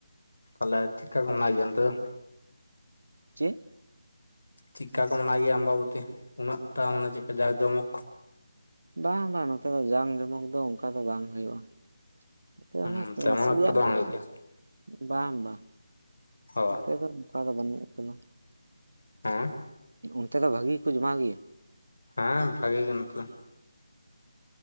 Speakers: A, on the left; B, on the right.
A: ᱛᱟᱦᱞᱮ ᱴᱷᱤᱠᱟ ᱢᱟᱱᱟ ᱜᱮᱭᱟ ᱱᱚᱛᱮ ᱫᱚ
B: ᱪᱮᱜ
A: ᱪᱮᱜ ᱠᱟ ᱠᱚ ᱢᱟᱱᱟᱣ ᱜᱮᱭᱟ ᱟᱢᱵᱟᱵᱚᱛᱤ ᱩᱱᱟᱹᱜ ᱴᱟ ᱢᱟᱱᱮ ᱪᱮᱠᱟ ᱡᱟᱠ ᱡᱚᱢᱚᱠ
B: ᱵᱟᱝ ᱵᱟᱝ ᱱᱚᱛᱮ ᱫᱚ ᱡᱟᱝ ᱡᱚᱢᱚᱠ ᱫᱚ ᱚᱝᱠᱟ ᱫᱚ ᱵᱟᱝ ᱦᱩᱭᱩᱜᱼᱟ ᱛᱚ
A: ᱦᱩᱸ
B: ᱚᱱᱟ
A: ᱛᱮᱢᱚᱱ
B: ᱱᱟᱥᱤᱭᱟᱜ
A: ᱮᱠᱴᱟ ᱫᱚ ᱵᱟᱝ ᱦᱩᱭᱩᱜ ᱜᱮᱭᱟ
B: <unintelligible> ᱵᱟᱝ ᱵᱟᱝ
A: ᱚ
B: ᱱᱚᱛᱮ ᱫᱚ ᱚᱝᱠᱟ ᱫᱚ ᱵᱟᱹᱱᱩᱜ ᱟᱠᱟᱫᱟ
A: ᱦᱮᱸ
B: ᱚᱱᱛᱮ ᱫᱚ ᱵᱷᱟᱹᱜᱤ ᱜᱮ ᱠᱚ ᱡᱚᱢᱟᱣ ᱜᱮᱭᱟ
A: ᱦᱮᱸᱻ ᱵᱷᱟᱹᱜᱤ ᱜᱮ ᱱᱚᱛᱮ ᱫᱚ